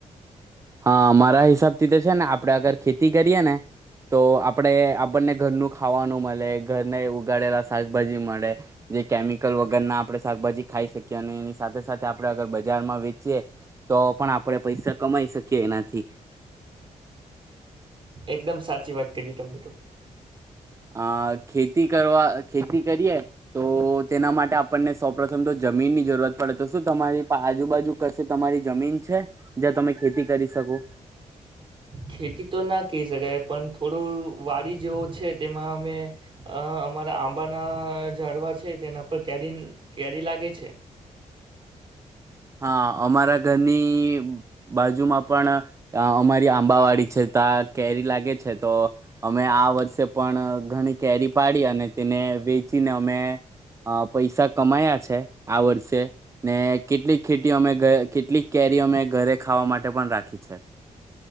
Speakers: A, on the right; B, on the right.
A: હા મારા હિસાબથી તે છે ને આપ આપડે આગર ખેતી કરીયે ને તો આપણેે આપણને ઘરનું ખાવાનું મળે ઘરને ઉગાડેલા શાકભાજી મળે જે કેમિકલ વગરના આપણે શાકભાજી ખાઈ શકીએ અને એની સાથે સાથે આપણે અગર બજારમાં વેચીએ તો પણ આપણે પૈસા કમાઈ શકીએ. કે એનાથી.
B: એકદમ સાચી વાત કરી તમે તો.
A: અ ખેતી કરવા ખેતી કરીએ તો તેના માટે આપણને સૌ પ્રથમ તો જમીનની જરૂરત પડે તો શું તમારી પા આજુબાજુ કશે તમારી જમીન છે જ્યાં તમે ખેતી કરી શકો.
B: ખેતી તો ના કહી શકાય પણ થોડું વાડી જેવો છે તેમાં અમે અમારા આંબાના ઝાડવા છે તેના પર કેરી કેરી લાગે છે.
A: હા અમારા ઘરની બાજુમાં પણ અમારી આંબાવાડી છે ત્યા કેરી લાગે છે તો અમે આ વર્ષે પણ ઘણી કેરી પાડી અને તેને વેચીને અમે અ પૈસા કમાયા છે આ વર્ષે ને કેટલીક ખેતી અમે કેટલીક કેરી અમે ઘરે ખાવા માટે પણ રાખી છે.